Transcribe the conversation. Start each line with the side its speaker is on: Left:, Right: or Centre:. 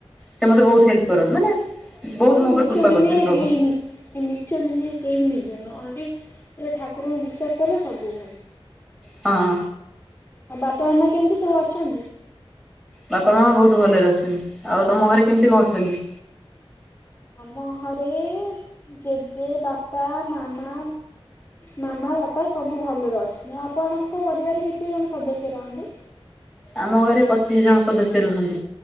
Centre: ସେ ମତେ ବହୁତ ହେଲ୍ପ କରନ୍ତି ମାନେ ବହୁତ
Left: ଏ
Centre: ମୋ
Left: ମିଛ
Centre: ଉପରେ କୃପା
Left: ଦୁନିଆରେ
Centre: କରିଛନ୍ତି ପ୍ରଭୁ
Left: କେହି ନି ଏ ମିଛ ଦୁନିଆରେ, କେହି ନିଜର ନୁହଁ ଓନ୍ଲି, ପୁରା ଠାକୁରଙ୍କୁ ବିଶ୍ୱାସ କରିବ ସବୁ ଭଲ,।
Centre: ହଁ,।
Left: ଆଉ ବାପା, ମାମା କେମିତି ସବୁ ଅଛନ୍ତି?
Centre: ବାପା, ମା ବହୁତ ଭଲରେ ଅଛନ୍ତି। ଆଉ ତମ ଘରେ କେମିତି କଣ ଅଛନ୍ତି?
Left: ଆମ ଘରେ ଜେଜେ, ବାପା, ମାମା। ମାମା, ବାପା, ସବୁ ଭଲରେ ଅଛନ୍ତି। ଆପଣଙ୍କ ପରିବାର ରେ କେତେ ଜଣ ସଦସ୍ୟ ରହନ୍ତି?
Centre: ଆମ ଘରେ ପଚିଶ ଜଣ ସଦସ୍ୟ ରୁହନ୍ତି।